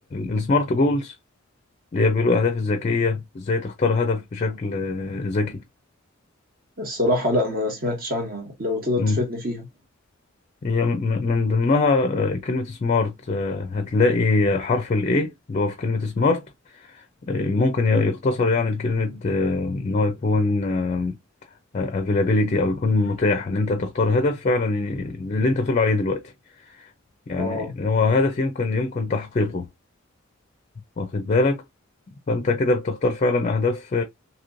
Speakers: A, on the left (about 35°); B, on the right (about 45°).
A: السمارت جولز اللي هي بيقولوا الأهداف الذكية إزاي تختار هدف بشكل آه، ذكي
B: الصراحه لا ما سمعتش عنها لو تقدر
A: مم.
B: تفيدني فيها
A: هي م- من ضمنها آه، كلمة سمارت آه، هتلاقي حرف ال A اللي هو في كلمة سمارت ممكن ي- يختصر يعني لكلمة آه، إن هو يكون آه، آه، availability أو يكون متاح إن أنت تختار هدف فعلا ي- اللي أنت بتقول عليه دلوقتي يعني
B: اه
A: إن هو هدف يمكن يمكن تحقيقه واخد بالك فأنت كده بتختار فعلا أهداف